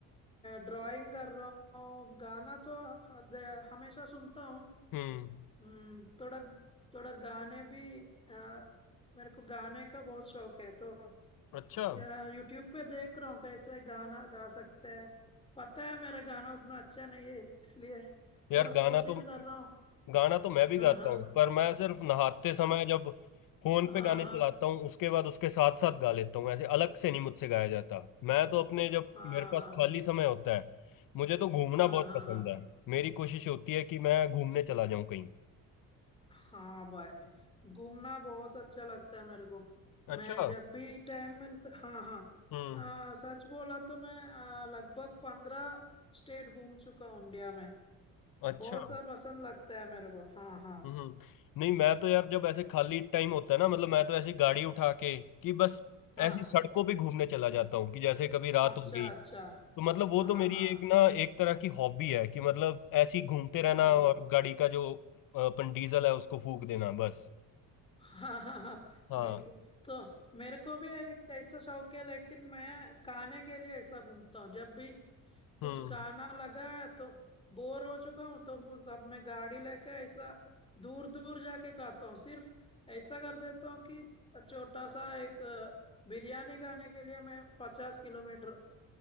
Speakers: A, on the left (about 15°); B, on the left (about 70°).
A: ड्राइंग कर रहा हूँ गाना तो हद- हमेशा सुनता हूँ
B: हम्म
A: हम्म, थोड़ा थोड़ा गाने भी आ, मेरे को गाने का बहुत शौक है तो
B: अच्छा
A: यार यूट्यूब पे देख रहा हूँ कैसे गाना गा सकते हैं पता है मेरा गाना उतना अच्छा नहीं है इसलिए
B: यार
A: थोड़ा
B: गाना
A: कोशिश
B: तो
A: कर रहा हूँ
B: गाना तो मैं भी
A: हाँ
B: गाता
A: हाँ
B: हूँ पर मैं सिर्फ नहाते
A: <laughs>
B: समय जब फोन
A: हाँ
B: पे गाने
A: हाँ
B: चलाता हूँ उसके बाद उसके साथ
A: हाँ
B: साथ गा लेता हूँ ऐसे अलग से नहीं मुझसे गाया जाता मैं तो अपने जब
A: हाँ
B: मेरे पास
A: हाँ
B: खाली समय होता है मुझे तो घूमना
A: हाँ
B: बहुत
A: हाँ
B: पसंद है मेरी कोशिश होती है कि मैं घूमने चला जाऊँ कहीं
A: हाँ भाई घूमना बहुत अच्छा लगता है मेरे को
B: अच्छा
A: मैं जब भी टाइम मिलता हाँ हाँ
B: हम्म
A: आ, सच बोला तो मैं आ, लगभग पंद्रह स्टेट घूम चुका हूँ इंडिया में
B: अच्छा
A: बहुत पसंद लगता है मेरे को हाँ हाँ
B: हम्म नहीं मैं तो यार जब ऐसे खाली टाइम होता है ना मतलब मैं तो ऐसी गाड़ी उठा के कि बस
A: हाँ
B: ऐसी सड़कों पे घूमने चला जाता हूँ कि जैसे कभी रात
A: अच्छा
B: हो गई
A: अच्छा
B: तो मतलब वो
A: हाँ
B: तो मेरी
A: हाँ
B: एक ना एक तरह की हॉबी है कि मतलब ऐसी घूमते
A: ओ
B: रहना और
A: ओ
B: गाड़ी का जो अ, अपन डीजल है उसको फूक देना बस
A: हाँ हाँ हाँ <laughs>
B: हाँ
A: बिल्कुल तो मेरे को भी एक ऐसा शौक है लेकिन मैं खाने के लिए ऐसा घूमता हूँ जब भी कुछ
B: हम्म
A: खाना लगा है तो बोर हो चुका हूँ तो अब मैं गाड़ी लेके ऐसा दूर दूर जाके खाता हूँ सिर्फ ऐसा कर देता हूँ कि छोटा सा एक अ, बिरयानी खाने के लिए मैं पचास किलोमीटर